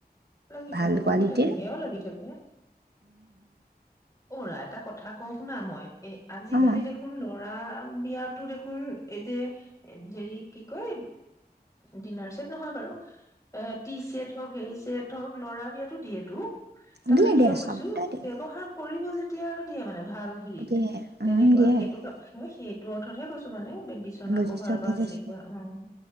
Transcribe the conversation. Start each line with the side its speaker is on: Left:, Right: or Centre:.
Left: লাগি
Right: ভাল
Left: থাকে লাগি
Right: কোৱালিটিৰ
Left: থাকে সেয়াও লাগি থাকে। অ'ৰা এটা কথা কওঁ শুনা মই। এ আজিকালি
Right: অঁ
Left: দেখোন ল'ৰা উহ, বিয়াটো দেখোন এই যে, হেৰি কি কয় ডিনাৰ ছেট নহয় বাৰু এ, টিছেট হওঁক হেৰি ছেট হওঁক ল'ৰা বিয়াতটো দিয়েটো। তাৰ
Right: দিয়ে
Left: মানে কিয়
Right: দিয়ে
Left: কৈছো
Right: চবতে দিয়ে
Left: ব্যৱহাৰ কৰিব যেতিয়া আৰু দিয়ে মানে। ভাল হেৰিত,
Right: দিয়ে
Left: তেনেকুৱা।
Right: উম, দিয়ে
Left: সেইটো
Right: দিয়ে
Left: ক, মই সেই তোৰ অৰ্থত হে কৈছো মানে। বিচনাৰ
Right: বুজিছোঁ
Left: কভাৰ বা
Right: বুজিছোঁ
Left: তেনেকুৱা। অ',